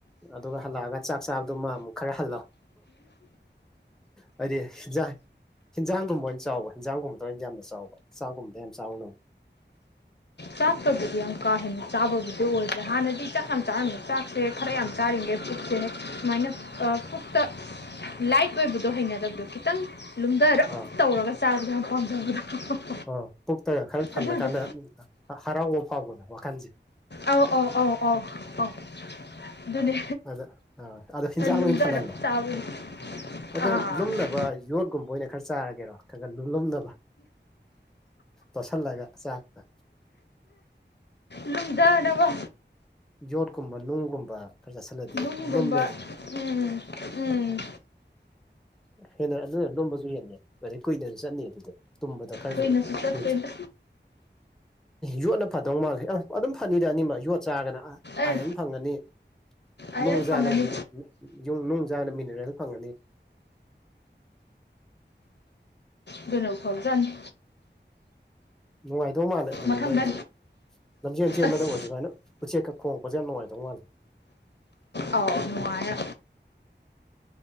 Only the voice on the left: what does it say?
ꯆꯥꯛꯇꯕꯨꯗꯤ ꯌꯥꯝ ꯀꯥ ꯍꯦꯟꯅ ꯆꯥꯕꯕꯨꯗꯤ ꯑꯣꯏꯗ꯭ꯔꯦ ꯍꯥꯟꯅꯗꯤ ꯆꯥꯛ ꯌꯥꯝ ꯆꯥꯔꯝꯃꯦ ꯆꯥꯛꯁꯦ ꯈꯔ ꯌꯥꯝ ꯆꯥꯔꯤꯉꯩ ꯄꯨꯛꯁꯦ ꯁꯨꯃꯥꯏꯅ ꯄꯨꯛꯇ ꯂꯥꯏꯠ ꯑꯣꯏꯕꯗꯣ ꯍꯩꯅꯗꯕꯗꯣ ꯈꯤꯇꯪ ꯂꯨꯝꯗꯔꯞ
ꯇꯧꯔꯒ ꯆꯥꯕꯗ ꯌꯥꯝ ꯄꯥꯝꯖꯕꯗꯣ
ꯑꯗꯨꯗꯣ
ꯑꯥꯎ ꯑꯥꯎ ꯑꯥꯎ ꯑꯥꯎ ꯑꯥꯎ ꯑꯗꯨꯅꯦ
ꯂꯨꯝꯊꯔꯞ
ꯆꯥꯕꯒꯤ
ꯑꯥ
ꯂꯨꯝꯗꯥꯅꯕ
ꯅꯨꯡꯒꯨꯝꯕ
ꯎꯝ ꯎꯝ
ꯀꯨꯏꯅꯁꯨ ꯆꯠꯇꯣꯏꯅꯦ
ꯑꯦ
ꯑꯩ
ꯐꯪꯉꯅꯤ
ꯑꯗꯨꯅꯕꯨ ꯐꯕꯖꯥꯠꯅꯤ
ꯃꯊꯪꯗ
ꯑꯁ
ꯑꯥꯎ ꯅꯨꯡꯉꯥꯏꯌꯦ